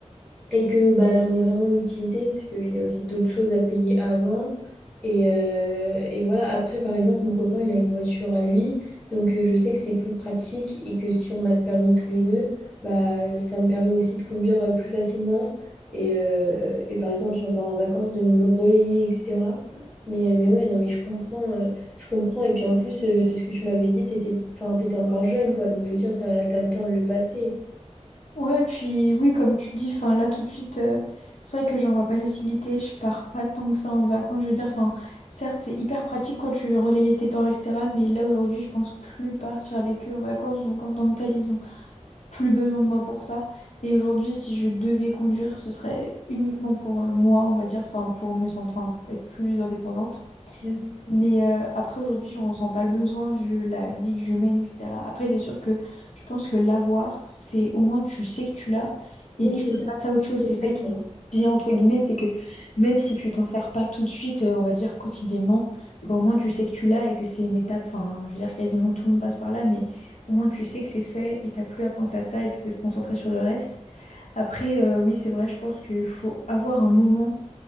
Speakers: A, in the centre; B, on the left.
A: et que bah, j'en ai vraiment l'utilité parce qu'il y a aussi d'autres choses à payer avant. Et, euh, et voilà, après, par exemple, mon copain, il a une voiture à lui, donc euh, je sais que c'est plus pratique et que si on a le permis tous les deux, bah, ça me permet aussi de conduire euh, plus facilement. Et, euh, et par exemple, si on part en vacances, de nous le relayer, etc. Mais, euh, mais ouais, non, mais je comprends, euh, je comprends. Et puis en plus, euh, de ce que tu m'avais dit, t'étais, enfin, t'étais encore jeune, quoi. Donc je veux dire, t'as, t'as le temps de le passer.
B: ouais, puis oui, comme tu dis, enfin là tout de suite, euh, c'est vrai que j'en vois pas l'utilité. Je pars pas tant que ça en vacances. Je veux dire, enfin, certes, c'est hyper pratique quand tu veux relayer tes parents, etc. Mais là aujourd'hui, je pense plus partir avec eux en vacances. Donc en tant que tel, ils ont plus besoin de moi pour ça. Et aujourd'hui, si je devais conduire, ce serait uniquement pour euh, moi, on va dire, enfin, pour me sentir, enfin, pour être plus indépendante.
A: Ouais.
B: Mais euh, après, aujourd'hui, je ressens pas le besoin vu la vie que je mène, etc. Après, c'est sûr que je pense que l'avoir, c'est au moins tu sais que tu l'as et
A: Oui,
B: tu
A: c'est
B: peux
A: ça.
B: passer à autre chose.
A: c'est
B: C'est ça
A: vrai,
B: qui
A: quoi.
B: est bien, entre guillemets, c'est que même si tu t'en sers pas tout de suite, euh, on va dire quotidiennement, bah, au moins tu sais que tu l'as et que c'est une étape. Enfin, je veux dire, quasiment tout le monde passe par là, mais au moins tu sais que c'est fait et t'as plus à penser à ça et tu peux te concentrer sur le reste. Après, euh, oui, c'est vrai, je pense qu'il faut avoir un moment